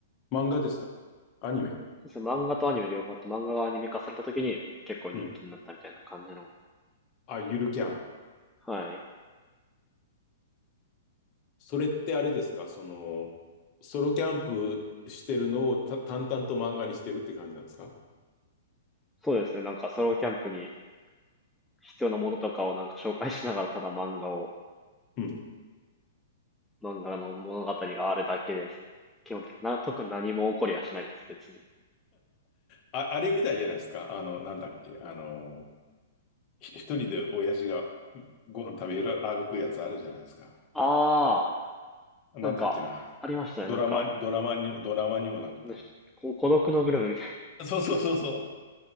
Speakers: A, on the left; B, in the centre.
A: 漫画ですかアニメ。
B: そうですね、漫画とアニメ両方あって漫画がアニメ化された時に結構人気になったみたいな感じの。
A: うん。あ、ゆるキャン。
B: はい。
A: それってあれですか、その、ソロキャンプしてるのをた淡々と漫画にしてるって感じなんですか
B: そうですね。なんかソロキャンプに必要なものとかをなんか紹介しながらただ漫画を、
A: うん。
B: 漫画の物語があるだけですね。基本的に。な、特に何も起こりはしないです、別に。
A: あ、あれみたいじゃないですか。あの、なんだっけ。あの、ひ一人で親父がご飯食べる、歩くやつあるじゃないですか。
B: あー、
A: なんだっけな。
B: なんか、ありましたね。
A: ドラマ、
B: なんか、
A: ドラマに、ドラマにもなった。
B: ねこ孤独のグルメみ
A: そうそうそうそう。